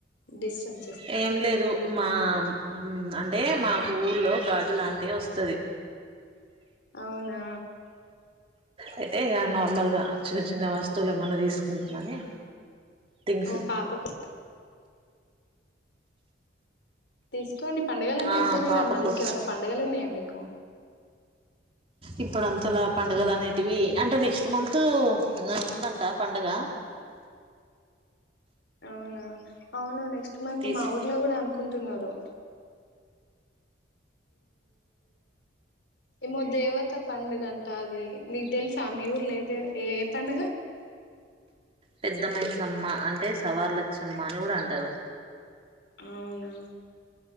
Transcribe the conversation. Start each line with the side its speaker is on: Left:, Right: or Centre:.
Left: డిస్టర్బ్ చేస్తున్నా
Right: ఏం లేదు మా మ్ అంటే మాకు ఊర్లో గాజులాంటే వొస్తది
Left: అవునా
Right: అయితే ఇగ నార్మల్గా చిన్న చిన్నా వస్తువులేమన్న తీసుకుందామని థింగ్స్
Left: ఓ పాప క్ తీక్కోండి పండగలన్నీ
Right: ఆ
Left: అయిపోయినైగ
Right: పాపకు
Left: మళ్ళింకేమన్నా పండగలున్నాయా మీకు
Right: ఇప్పుడంతలా పండుగలనేటివి అంటే నెక్స్ట్ మంతూ ఉందంట పండుగా
Left: అవునా అవును నెక్స్ట్ మంత్
Right: తీస్
Left: మా ఊర్లో కూడా అనుకుంటున్నారు ఎమొ దేవత పండుగంటా అదీ నీకు తేల్సా మీ ఊర్లే దే ఏ పండుగ
Right: పెద్ద మైసమ్మ అంటే సవార్లచ్చమ్మ అని కూడా అంటారు
Left: అవునా